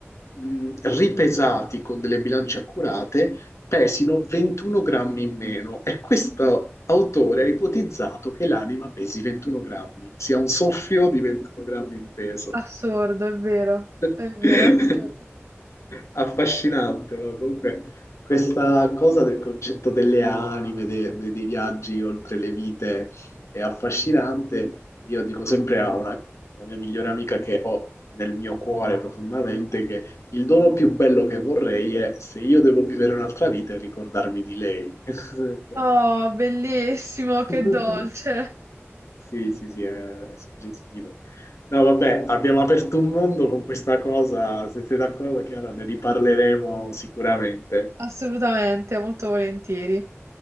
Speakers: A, on the left (about 80°); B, on the right (about 85°).
A: mh, ripesati con delle bilance accurate, pesino 21 grammi in meno e questo autore ha ipotizzato che l'anima pesi 21 grammi, sia un soffio di 21 grammi di peso.
B: Assurdo, è vero,
A: <laughs>
B: è vero, assurdo.
A: Affascinante, no? Comunque questa cosa del concetto delle anime, de- de- dei viaggi oltre le vite è affascinante. Io dico sempre a una, la mia migliore amica che ho nel mio cuore profondamente che il dono più bello che vorrei è, se io devo vivere un'altra vita, ricordarmi di lei. <laughs> Ok.
B: Oh, bellissimo,
A: <laughs>
B: che dolce.
A: Sì, sì, sì, è, è suggestivo. No, vabbè, abbiamo aperto un mondo con questa cosa. Se sei d'accordo, Chiara, ne riparleremo sicuramente.
B: Assolutamente, molto volentieri.